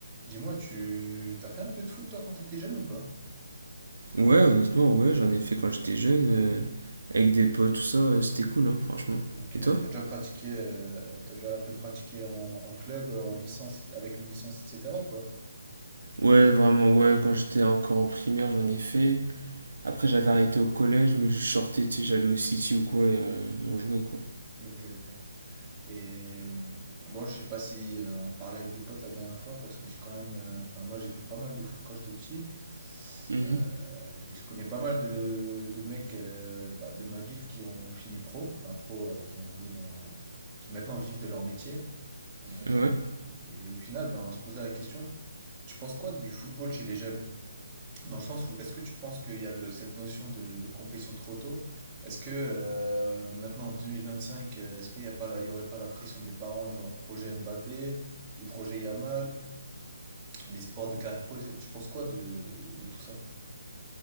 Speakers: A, on the right; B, on the right.
A: Dis-moi, tu t'as fait un peu de foot toi quand t'étais jeune ou pas?
B: Ouais, honnêtement, ouais, j'en ai fait quand j'étais jeune, euh, avec des potes, tout ça, euh, c'était cool, hein, franchement.
A: Ok,
B: Et toi?
A: t'as déjà pratiqué, euh, t'as déjà un peu pratiqué en, en club, en licence, et- avec une licence, etc. quoi.
B: Ouais, vraiment, ouais, quand j'étais encore en primaire, j'en ai fait. Après, j'avais arrêté au collège, mais juste sortais, tu sais, j'allais au City ou quoi, et on, on jouait, quoi.
A: Ok, ok. Et hum, moi, je sais pas si euh, on parlait avec des potes la dernière fois parce que j'ai quand même, euh, enfin moi j'ai fait pas mal de foot quand j'étais petit.
B: Mhm.
A: Euh, et je connais pas mal de, de mecs euh, bah, de ma ville qui ont fini pro, enfin pro, euh, qui ont joué dans, qui maintenant vivent de leur métier. Euh,
B: Ouais.
A: et au final, ben, on se posait la question. Tu penses quoi du football chez les jeunes? Dans le sens où est-ce que tu penses qu'il y a le- cette notion de, de compétition trop tôt? Est-ce que euh, maintenant en 2025, euh, est-ce qu'il n'y a pas, la- il y aurait pas la pression des parents, genre projet Mbappé ou projet Yamal, l'espoir de carrière pro? Tu penses quoi de, de- de tout ça?